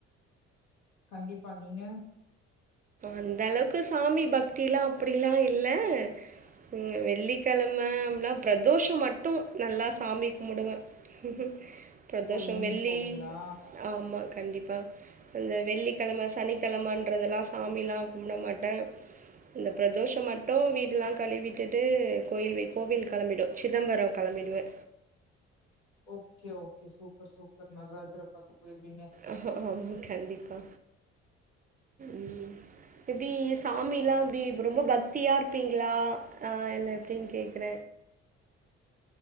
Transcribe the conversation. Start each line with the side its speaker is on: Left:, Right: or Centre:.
Left: கண்டிப்பா நீங்க
Right: அந்த அளவுக்கு சாமி பக்தில்லா அப்டிலா இல்ல இங்க வெள்ளிக்கிழம அப்லா பிரதோஷம் மட்டு நல்லா சாமி கும்பிடுவ ம் பிரதோஷம்
Left: ஓ ஈவினிங்
Right: வெள்ளி
Left: போவீங்களா?
Right: ஆமா கண்டிப்பா இந்த வெள்ளிக்கிழம சனிக்கிழமன்றதுலா சாமிலா கும்டமாட்ட இந்த பிரதோஷம் மட்டு வீடெல்லா கழுவிட்டுட்டு கோயில் வே கோவில் கிளம்பிடு சிதம்பரம் கிம்பிடுவே
Left: ஓகே ஓகே சூப்பர் சூப்பர் நடராஜர பாக்க போயிருவீங்க
Right: அஹா அஹா அம் கண்டிப்பா ம் இப்டி சாமில்லா அப்டி ரொம்ப பக்தியா இருப்பீங்ளா ஆ இல்ல எப்டின்னு கேக்ற